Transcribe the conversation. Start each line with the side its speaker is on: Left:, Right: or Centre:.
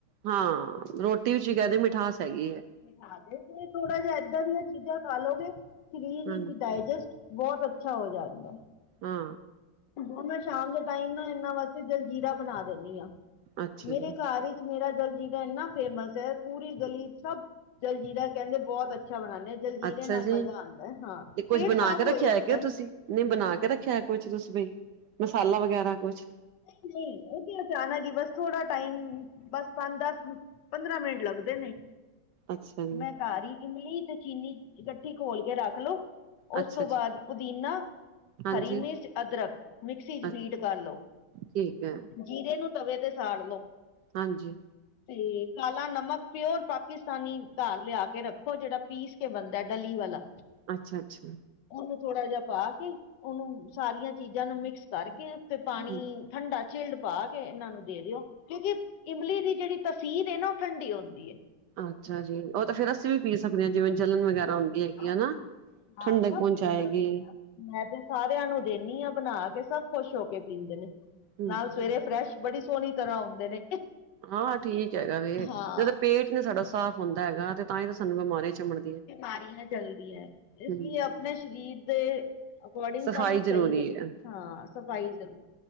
Right: ਹਾਂ ਰੋਟੀ ਵਿੱਚ ਹੀ ਕਹਿਦੇ ਮਿਠਾਸ ਹੈਗੀ ਹੈ
Left: ਹਾ ਜੈ ਥੋੜਾ ਜਿਹਾ ਏਦਾਂ ਦੀਆਂ ਚੀਜ਼ਾਂ ਖਾਾਲੋਗੇ ਸਰੀਰ
Right: ਹਾਂ,
Left: ਵਿੱਚ ਡਾਇਜਸਟ ਬਹੁਤ ਅੱਛਾ ਹੋ ਜਾਂਦਾ
Right: ਹਾਂ
Left: ਹ ਮੈਂ ਸ਼ਾਮ ਦੇ ਟਾਈਮ ਨਾ ਇਹਨਾਂ ਵਾਸਤੇ ਜਲਜੀਰਾ ਬਣਾ ਦਿੰਦੀ ਹਾਂ
Right: ਅੱਛਾ
Left: ਮੇਰੇ
Right: ਜੀ।
Left: ਘਰ ਵਿੱਚ ਮੇਰਾ ਜਲ ਜੀਰਾ ਇੰਨਾ ਫੇਮਸ ਹੈ ਪੂਰੀ ਗਲੀ ਸਭ ਜਲਜੀੀਰਾ ਕਹਿੰਦੇ ਬਹੁਤ ਅੱਛਾ ਬਣਾਨੇ ਆ ਜਲਜੀਰੇ
Right: ਅੱਛਾ
Left: ਨਾਲ
Right: ਜੀ
Left: ਮਜ਼ਾ ਆਉਦਾ ਹੈ ਹਾਂ
Right: ਤੇ ਕੁੱਝ
Left: ਪੇਟ
Right: ਬਣਾ
Left: ਸਾਫ਼
Right: ਕੇ ਰੱਖਿਆ
Left: ਹੋ ਜਾਦਾ
Right: ਹੈ ਕਿ
Left: ਏ
Right: ਤੁਸੀਂ ਨਹੀਂ ਬਣਾ ਕੇ ਰੱਖਿਆ ਕੁਛ ਤੁਸੀ ਬੀ ਮਸਾਲਾ ਵਗੈਰਾ ਕੁਛ
Left: ਨਹੀਂ ਨਹੀਂ ਉਹ ਤੇ ਅਚਾਨਕ ਹੀ ਬਸ ਥੋੜਾ ਟਾਈਮ ਬਸ ਪੰਜ ਦਸ ਪੰਦਰਾਂ ਮਿੰਟ ਲੱਗਦੇ ਨੇ
Right: ਅੱਛਾ ਜੀ
Left: ਮੈਂ ਘਾਰ ਹੀ ਇਮਲੀ ਤੇ ਚੀਨੀ ਇਕੱਠੀ ਖੋਲ ਕੇ ਰੱਖ ਲੋੋ
Right: ਅੱਛਾ
Left: ਉਸ ਤੋਂ
Right: ਜੀ
Left: ਬਾਅਦ ਪੁਦੀਨਾ
Right: ਹਾਂਜੀ
Left: ਹਰੀ ਮਿਰਚ ਅਦਰਕ ਮਿਕਸੀ ਚ
Right: ਅ
Left: ਬੀਟ ਕਰ ਲੋ
Right: ਠੀਕ ਹੈ
Left: ਜੀਰੇ ਨੂੰ ਤਵੇ ਤੇ ਸਾੜ ਲਓ
Right: ਹਾਂਜੀ
Left: ਤੇ ਕਾਲਾ ਨਮਕ ਪਿਓਰ ਪਾਕਿਸਤਾਨੀ ਘਾਰ ਲਿਆ ਕੇ ਰੱਖੋ ਜਿਹੜਾ ਪੀਸ ਕੇ ਬਣਦਾ ਡਲੀ ਵਾਲਾ
Right: ਅੱਛਾ- ਅੱਛਾ -ਅੱਛਾ
Left: ਉਹਨੂੰ ਥੋੜਾ ਜਿਹਾ ਪਾ ਕੇ, ਉਹਨੂੰ ਸਾਰੀਆਂ ਚੀਜ਼ਾਂ ਨੂੰ ਮਿਕਸ ਕਰਕੇ, ਫਿਰ ਪਾਣੀ
Right: ਹ
Left: ਤੇ ਠੰਡਾ ਝਿਲਡ ਪਾ ਕੇ, ਇਹਨਾਂ ਨੂੰ ਦੇ ਦਿਓ ਕਿਉਂਕਿ, ਇਮਲੀ ਦੀ ਜਿਹੜੀ ਤਸੀਰ ਹੈ ਨਾ, ਉਹ ਠੰਡੀ ਹੁੰਦੀ ਹੈ
Right: ਅੱਛਾ ਜੀ, ਉਹ ਤਾਂ ਫਿਰ ਅਸੀ ਵੀ ਪੀ ਸਕਦੇ ਜਿਵੇਂ ਜਲਣ ਵਗੈਰਾ
Left: ਹਾਂ
Right: ਹੁੰਦੀ ਹੈਗੀ
Left: ਹਾਂ
Right: ਨਾ,
Left: ਹਾਂ
Right: ਠੰਡਕ
Left: ਸਭ
Right: ਪਹੁੰਚਾਏਗੀ
Left: ਪੀ ਸਕਦੇ ਆ ਮੈਂ ਤੇ ਸਾਰਿਆਂ ਨੂੰ ਦਿੰਦੀ ਹਾਂ ਬਣਾ ਕੇ, ਸਭ ਖੁਸ਼ ਹੋ ਕੇ ਪੀਂਦੇ ਨੇ,
Right: ਹਮ
Left: ਨਾਲੇ ਸਵੇਰੇ ਫਰੈਸ਼ ਬੜੀ ਸੋਹਣੀ ਤਰ੍ਹਾਂ ਹੁੰਦੇ ਨੇ
Right: ਹਾਂ ਠੀਕ ਹੈਗਾ ਵੇ,
Left: ਹਾਂ
Right: ਜਦੋਂ ਪੇਟ ਨਹੀ ਸਾਡਾ ਸਾਫ਼ ਹੁੰਦਾ ਹੈਗਾ ਤੇ ਤਾਂ ਹੀ ਤਾਂ ਸਾਨੂੰ ਬਿਮਾਰੀ ਚਿਮਣ
Left: ਬਿਮਾਰੀ ਹੈ ਜਲਦੀ ਹੈ, ਇਸ
Right: ਹਮ
Left: ਲਈ ਆਪਣੇ ਸਰੀਰ ਦੇ ਅਕੋਰਡਿੰਗ
Right: ਸਫ਼ਾਈ
Left: ਸਾਨੂੰ ਸਹੀ,
Right: ਜ਼ਰੂਰੀ ਹੈ
Left: ਹਾਂ ਸਫ਼ਾਈ ਕਰਨੀ